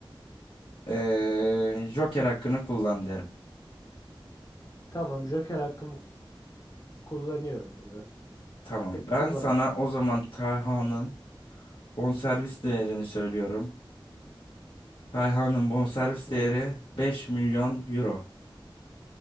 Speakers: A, on the left; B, on the left.
A: eee, Joker hakkını kullan derim.
B: Tamam, Joker hakkımı kullanıyorum burada.
A: Tamam.
B: Peki
A: Ben
B: kullanalım.
A: sana o zaman Tayhan'ın bonservis değerini söylüyorum. Tayhan'ın bonservis
B: Evet.
A: değeri 5 milyon euro.